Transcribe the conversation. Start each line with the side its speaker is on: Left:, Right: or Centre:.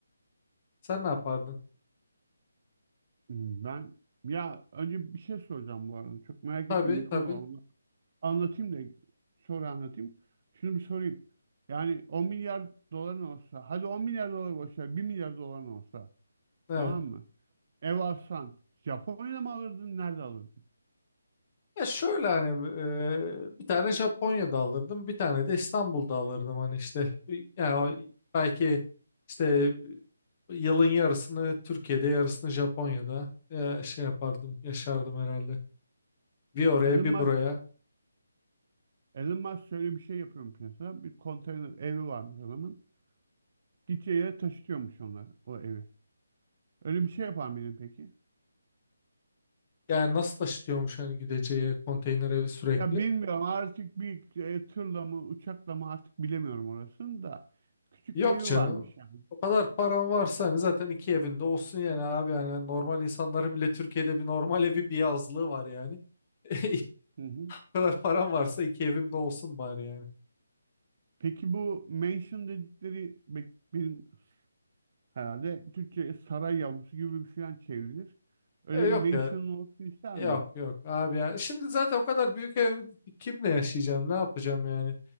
Left: Sen ne yapardın?
Right: Hmm, Ben ya önce bir şey soracağım bu arada. Çok merak
Left: Tabii
Right: ettiğim bir konu
Left: tabii.
Right: var. Onu anlatayım da sonra anlatayım. Şunu bir sorayım. Yani 10 milyar doların olsa, hadi 10 milyar dolar boş ver, 1 milyar doların olsa
Left: Evet.
Right: Tamam mı? Ev alsan Japonya'da mı alırdın? Nerede alırdın?
Left: Ya şöyle hani e, bir tane Japonya'da alırdım, bir tane de İstanbul'da alırdım hani işte e, yani o- belki işte e, yılın yarısını Türkiye'de, yarısını Japonya'da e, şey yapardım, yaşardım herhalde. Bir oraya
Right: Elon
Left: bir
Right: Musk,
Left: buraya.
Right: Elon Musk şöyle bir şey yapıyormuş mesela. Bir konteyner evi varmış adamın. Gideceği yere taşıtıyormuş onlar o evi. Öyle bir şey yapar mıydın peki?
Left: Yani nasıl taşıtıyormuş hani gideceği konteyner evi sürekli?
Right: Ya bilmiyorum artık bir e, tırla mı uçakla mı artık bilemiyorum orasını da. Küçük
Left: Yok
Right: bir evi
Left: canım.
Right: varmış yani.
Left: O kadar paran varsa hani zaten iki evinde olsun yani abi. Yani normal insanların bile Türkiye'de bir normal evi bir yazlığı var yani. <laughs>
Right: Hı hı.
Left: O kadar paran varsa iki evimde olsun bari yani.
Right: Peki bu mansion dedikleri be- benim herhalde Türkçe saray yavrusu gibi bir falan çevrilir. Öyle
Left: E, yok
Right: bir mansion
Left: ya.
Right: olsun ister
Left: Yok
Right: miydin?
Left: yok abi ya. Şimdi zaten o kadar büyük ev kimle yaşayacağım? Ne yapacağım yani?